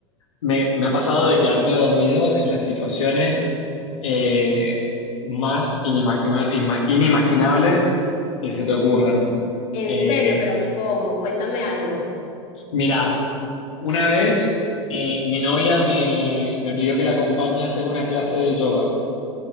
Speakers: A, on the left (about 75°); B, on the left (about 50°).
A: me, me ha pasado de quedarme dormido en las situaciones eh, más inimagina- ima- inimaginables que se te ocurran.
B: En
A: Eh,
B: serio, pero ¿cómo? Cuéntame algo.
A: mirá, una vez eh, mi novia me, me pidió que la acompañe a hacer una clase de yoga.